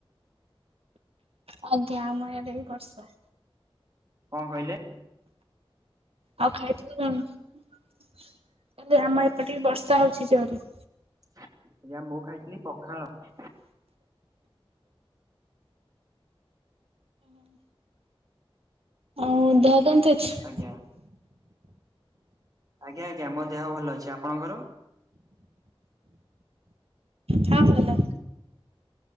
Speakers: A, on the right (about 80°); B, on the right (about 40°).
A: ଆଜ୍ଞା ଆମର ଆଡେ ବି ବର୍ଷା।
B: କଅଁ କହିଲେ।
A: ଆଉ ଖାଇଥିଲି କଣ ହେଲେ ଆମ ଏପଟେ ବର୍ଷା ହଉଛି ଜୋରରେ
B: ଆଜ୍ଞା ମୁଁ ଖାଇଥିଲି ପଖାଳ
A: ହୁ ଦେହ କେମିତି ଅଛି?
B: ଆଜ୍ଞା ଆଜ୍ଞା ଆଜ୍ଞା ମୋ ଦେହ ଭଲ ଅଛି ଆପଣଙ୍କର?
A: ଠା ଭଲ